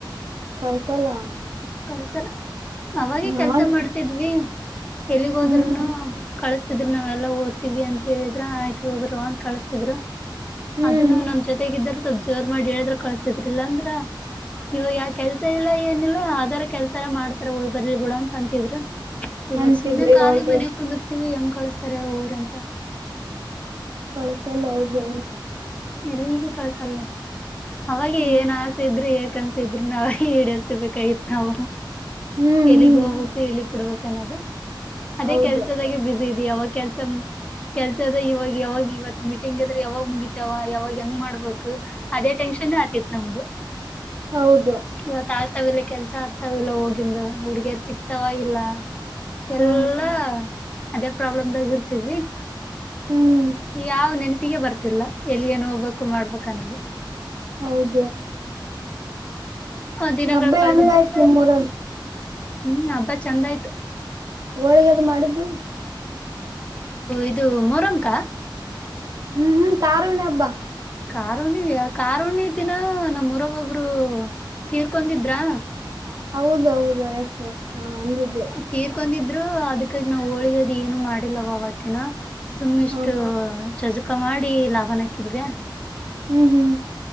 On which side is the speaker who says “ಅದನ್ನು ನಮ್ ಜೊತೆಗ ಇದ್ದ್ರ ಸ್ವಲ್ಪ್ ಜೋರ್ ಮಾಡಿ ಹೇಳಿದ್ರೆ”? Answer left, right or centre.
Left